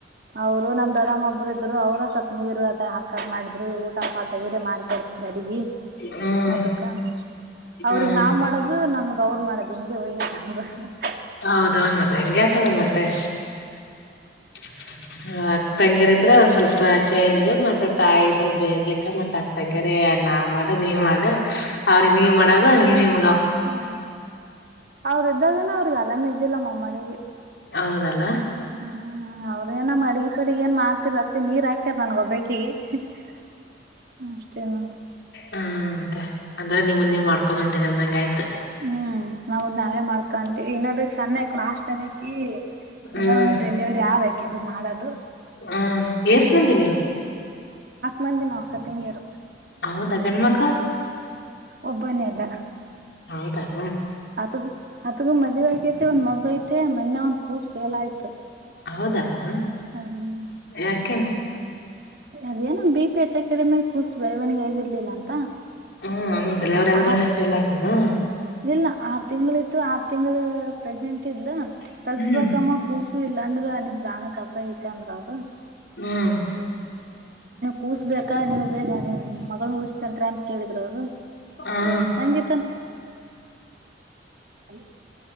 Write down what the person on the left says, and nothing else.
ಹ್ಮ್
ಹ್ಮ್
ಹೌದೌದು, ಮತ್, ಹಾಂಗೆಆಯ್ತದೆ, ಮತ್ತೆ. <inaudible> ಮತ್ತೇ. <unintelligible> ಅಕ್ಕತಂಗಿಯ್ರ್, ಇದ್ರೆ, ಒಂದ್, ಸ್ವಲ್ಪ ಚೇಂಜ್ ಮತ್ತೆ, ತಾಯಿ ಇದ್ರ ಬೇರ್ಲಿಕ್ಕ! ಮತ್ತೆ ಅಕ್ಕ ತಂಗರಿ. <unintelligible> ನಾ, ಮಾಡೂ, ನೀವ್ ಮಾಡೂ, ಅವ್ರಿಗೆ ನೀವ್ ಮಾಡೂ. <inaudible> ತಾಕೋ, ನೀಮ್. <inaudible>
ಹೌದಲ್ಲಾ! <inaudible>
ಹ್ಮ್ಮ್, ಮತ್ತೆ, ಅಂದ್ರೆ, ನಿಮ, ನೀವ್, ಮಾಡ್ಕೊಂಡು, ಬ್ಯಾಂಡ್ಹುರೊಂಗೆ, ಅಯ್ತು. <inaudible>
ಹ್ಮ್
ಹ್ಮ್, ಎಸ್ಟ್ ಮಂದಿ ನೀವು. <inaudible>
ಹೌದ, ಗಂಡು, ಮಕ್ಕಳ್ಳು. <inaudible>
ಹೌದಾ. <inaudible>
ಹೌದಾ.. <inaudible>
ಯಾಕೆನ್
ಹ್ಮ್, ಹಂಗೂ. <inaudible> ಡ್ರೈವರ್, ಹೇಧಾನೆ,
ಫೇಲ್, ಹಾಗುತಾನ. <inaudible>
ಹ್ಮ್
ಹ್ಮ್.. <inaudible>
ಹಾ